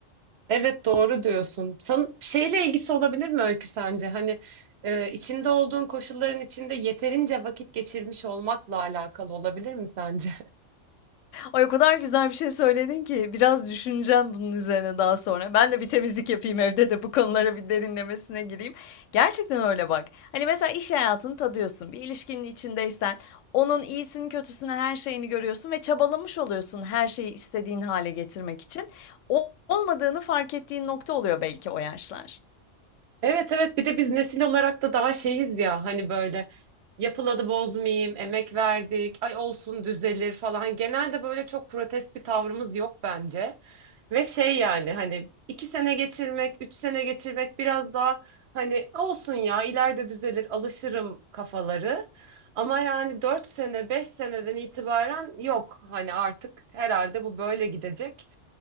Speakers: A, on the right (about 65°); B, on the left (about 85°).
A: Evet doğru diyorsun. San şeyle ilgisi olabilir mi Öykü sence? Hani e, içinde olduğun koşulların içinde yeterince vakit geçirmiş olmakla alakalı olabilir mi sence?
B: Ay, o kadar güzel bir şey söyledin ki biraz düşüneceğim bunun üzerine daha sonra. Ben de bir temizlik yapayım evde de bu konulara bir derinlemesine gireyim. Gerçekten öyle bak. Hani mesela iş hayatını tadıyorsun. Bir ilişkinin içindeysen onun iyisini, kötüsünü, her şeyini görüyorsun ve çabalamış oluyorsun her şeyi istediğin hale getirmek için. O- Olmadığını fark ettiğin nokta oluyor belki o yaşlar.
A: Evet evet bir de biz nesil olarak da daha şeyiz ya hani böyle yapıladı bozmayayım, emek verdik, ay olsun düzelir falan. Genelde böyle çok protest bir tavrımız yok bence. Ve şey yani hani iki sene geçirmek, üç sene geçirmek biraz daha hani olsun ya ileride düzelir alışırım kafaları. Ama yani dört sene, beş seneden itibaren yok hani artık herhalde bu böyle gidecek.